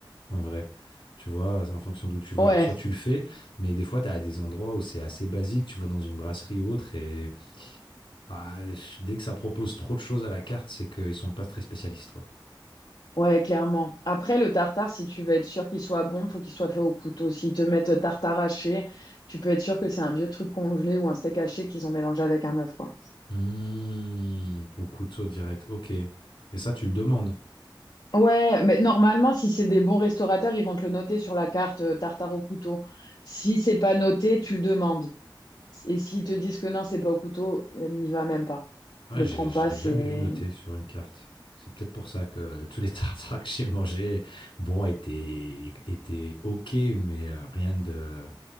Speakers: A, on the left; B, on the left.
A: en vrai. Tu vois, c'est en fonction d'où tu vas.
B: Ouais,
A: Alors, soit tu le fais, mais des fois, tu as des endroits où c'est assez basique, tu vas dans une brasserie ou autre, et ah, dès que ça propose trop de choses à la carte, c'est qu'ils sont pas très spécialistes, quoi.
B: ouais, clairement. Après, le tartare, si tu veux être sûr qu'il soit bon, faut qu'il soit fait au couteau. S'ils te mettent tartare haché, tu peux être sûr que c'est un vieux truc congelé ou un steak haché qu'ils ont mélangé avec un œuf, quoi.
A: Mmh, au couteau direct, ok. Et ça, tu le demandes.
B: Ouais, mais normalement, si c'est des bons restaurateurs, ils vont te le noter sur la carte, euh, tartare au couteau. Si c'est pas noté, tu le demandes. Et s'ils te disent que non, c'est pas au couteau, euh, n'y va même pas.
A: Ouais,
B: Le
A: j'ai-
B: prends
A: je
B: pas,
A: l'ai
B: c'est.
A: jamais vu noté sur une carte. C'est peut-être pour ça que tous les <laughs> tartares que j'ai mangés, bon, étaient, étaient OK, mais euh, rien de...